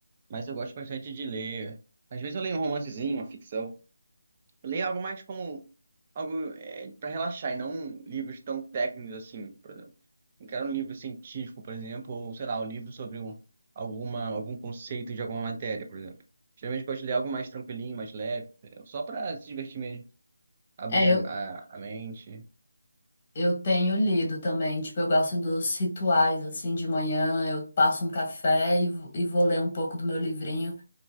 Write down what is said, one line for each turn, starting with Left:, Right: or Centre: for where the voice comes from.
Right: mas eu gosto bastante de ler. Às vezes eu leio um romancezinho, uma ficção. Leia algo mais como algo é, para relaxar e não livros tão técnicos assim, por exemplo. Não quero um livro científico, por exemplo, ou sei lá, um livro sobre um, alguma, algum conceito de alguma matéria, por exemplo. Geralmente eu gosto de ler algo mais tranquilinho, mais leve, entendeu? Só para se divertir mesmo, abrir
Left: É, eu,
Right: a, a, a mente.
Left: eu tenho lido também, tipo, eu gosto dos rituais, assim, de manhã, eu passo um café e, vo- e vou ler um pouco do meu livrinho,